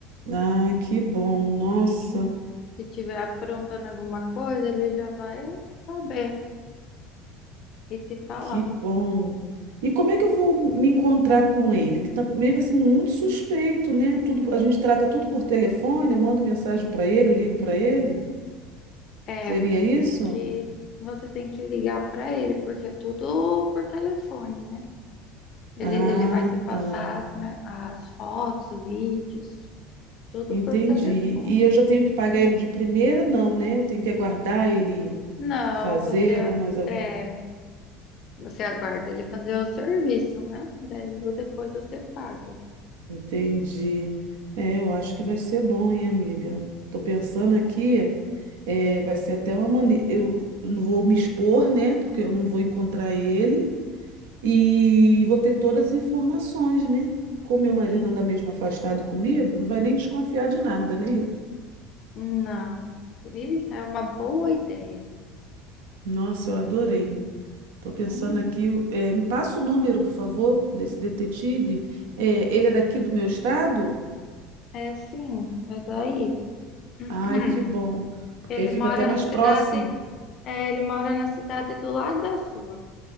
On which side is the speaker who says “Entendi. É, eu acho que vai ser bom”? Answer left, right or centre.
Right